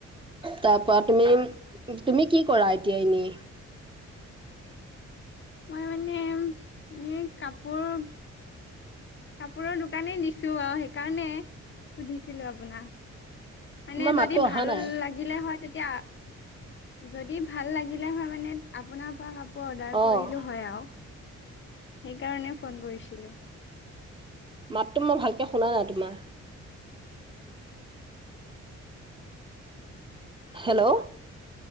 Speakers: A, on the right; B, on the left.
A: তাৰ পৰা তুমি তুমি কি কৰা এতিয়া এনেই?
B: মই মানে এনে কাপোৰ কাপোৰৰ দোকানেই দিছো আও সেইকাৰণে সুধিছিলোঁ আপোনাক। মানে
A: তোমাৰ
B: যদি
A: মাতটো অহা
B: ভাল
A: নাই।
B: লাগ লাগিলে হয়, তেতিয়া যদি ভাল লাগিলে হয় মানে। আপোনাৰ পৰা কাপো পোৰ অৰ্ডাৰ
A: অ'
B: কৰিলো হয় আও, সেইকাৰণে ফোন কৰিছিলোঁ।
A: মাতটো মই ভালকে শুনা নাই তোমাৰ। হেল্ল'!